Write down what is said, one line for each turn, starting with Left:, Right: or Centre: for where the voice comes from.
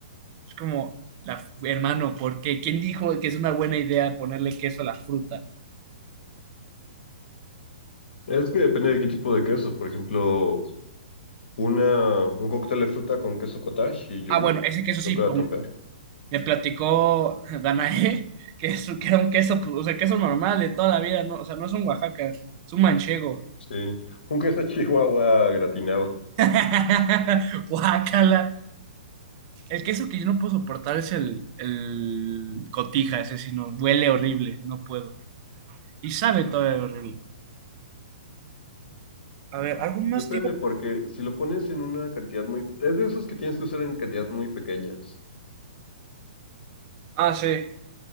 Right: Es como, la, hermano, ¿por qué? ¿Quién dijo que es una buena idea ponerle queso a la fruta?
Left: Es que depende de qué tipo de queso. Por ejemplo, una, un cóctel de fruta con queso cottage y yogurt
Right: Ah, bueno, ese queso sí,
Left: no queda
Right: pero
Left: tan peor.
Right: me platicó Danae <laughs> que, es, que era un queso, pues, o sea, queso normal de toda la vida, ¿no? O sea, no es un Oaxaca, es un manchego.
Left: Sí, un queso chihuahua gratinado.
Right: <laughs> Oaxaca, El queso que yo no puedo soportar es el, el cotija, ese sí, no, huele horrible, no puedo. Y sabe todo horrible. A ver, algún más,
Left: Depende,
Right: tío?
Left: porque si lo pones en una cantidad muy... Es de esos que tienes que usar en cantidades muy pequeñas.
Right: Ah, sí.